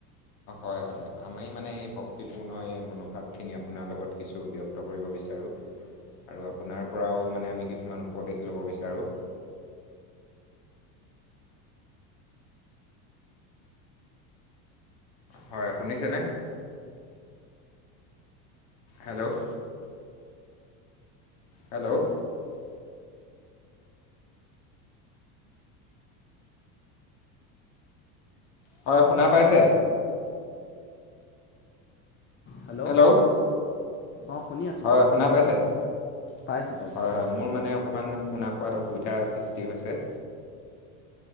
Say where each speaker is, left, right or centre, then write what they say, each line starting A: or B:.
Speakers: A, on the left (about 25°); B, on the left (about 70°).
A: <inaudible>
B: হয় হয়। আমি মানে এই ভক্তিপূৰ্ণ এই মনোভাৱখিনি আপোনাৰ লগত কিছু ব্যক্ত কৰিব বিচাৰোঁ। আৰু আপোনাৰ পৰাও মানে আমি কিছুমান উপদেশ ল'ব বিচাৰোঁ। হয় শুনিছেনে? হেল্লৌ' হেল্লৌ' হয় শুনা পাইছে?
A: হেল্লৌ'
B: হেল্ল'
A: অঁ শুনি আছোঁ।
B: হয়
A: কওক
B: শুনা পাইছে?
A: পাইছোঁ পাইছোঁ
B: হয় হয়। মোৰ মানে অকমান শুনা পোৱাত অসুবিধাৰ সৃষ্টি হৈছে।